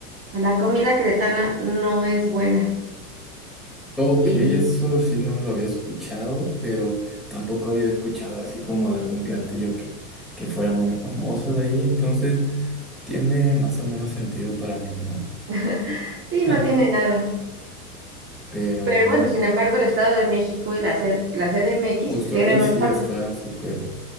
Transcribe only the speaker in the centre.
Ok,
eso sí no lo había escuchado, pero tampoco había escuchado así como de algún platillo que, que fuera muy famoso de ahí, entonces... Tiene más o menos sentido para mí, ¿no?
Ja,
Pero
bueno,
justo
ahí sí
está súper,